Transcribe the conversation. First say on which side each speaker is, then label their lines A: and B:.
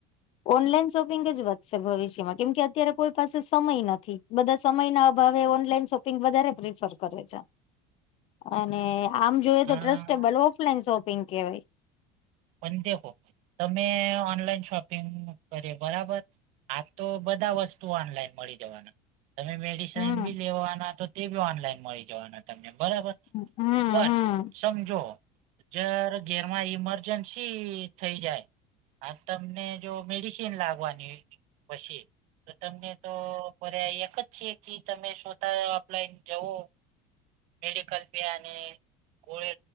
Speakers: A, on the left; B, on the right.
A: ઓનલાઈન શોપિંગ જ વધશે ભવિષ્યમાં કેમ કે અત્યારે કોઈ પાસે સમય નથી બધા સમય ના. હવે ઓનલાઈન શોપિંગ વધારે પ્રિફર કરે છે.
B: <inaudible>
A: અને આમ જોઈય
B: હા
A: તો ટ્રસ્ટેબલ ઓફલાઈન શોપિંગ કેહેવાય.
B: પણ દેખો તમે ઓનલાઈન શોપિંગ કરે બરાબર. આ તો બધા વસ્તુ ઓનલાઈન મળી જવાના તમે મેડિસિન
A: હમ
B: બી લેવાના તો તે બી ઓનલાઈન મળી જવાના તમને બરાબર
A: હમ હમ
B: પણ
A: હમ
B: સમજો. જર ઘેરમાં ઈમરજન્સી થઇ જાય. હા તમને જો મેડિસિન લાગવાની પછી. તો તમને તો ફ્યા એક જ છે કે તમે શોતા અપલાઈન જવો. મેડિકલ ફ અને ગોળે